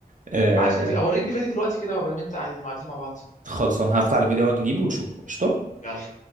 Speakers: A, on the right (about 50°); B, on the left (about 50°).
A: آه
B: ابعت لي في- أوريني فيديو دلوقتي كده بدل ما أنت قاعد مع دي مع بعض
A: خلصان هفتح الفيديو ونجيبه ونشوفه قشطة
B: يلا